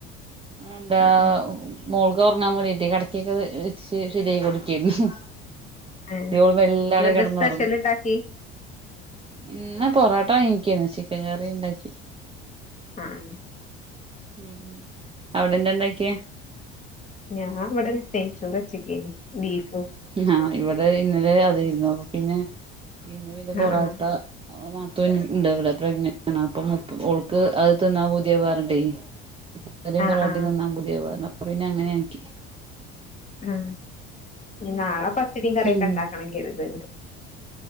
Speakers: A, on the right; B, on the left.
A: എന്താ
B: ആഹ് ആഹ്
A: മോൾ ഉറങ്ങാൻ പോടീട്ട് കടക്കൊക്ക വ ശരിയാായി കൊടുക്കരുന്നു
B: ഏഹ്
A: ദ്യോള് മെല്ലെവടെ
B: ഇന്നെന്താ
A: കെടന്നൊറങ്ങും.
B: സ്പെഷ്യൽ ഇണ്ടാക്കി
A: ഇന്ന് പൊറോ ട്ടാങ്ങിക്കണ് ചിക്കൻ കറിയുണ്ടാക്കി.
B: ആഹ്
A: ഉ അവെടെന്താണ്ടൊക്ക്യേ?
B: ഞാനിവടെ നെയ്ച്ചോറ് വച്ചേക്കാന് ബീഫ്.
A: ആഹ്, ഇവെടെയിന്നലെയതു തന്നെ. അപ്പ പിന്നെ ഇന്ന് പിന്നെ ബൊറാട്ട.
B: ആ ആ
A: നാത്തൂൻ ണ്ട് ഇവെടെ പ്രഗ്നനാണ്. അപ്പ ഓൾക്ക് അകത്ത് നിന്നാ പെതിയ പെറണ്ടേ. ചിക്കകറിയും
B: ആ
A: പൊറാട്ടയും
B: ആ
A: തിന്നാ പുതിയ പെറന്ന. അപ്പ പിന്നെയങ്ങനെയാക്കി.
B: ആ നാളെ പത്തിരയും കറിയൊക്കെണ്ടാക്കണെങ്കി
A: ഉം
B: യിത് വെറും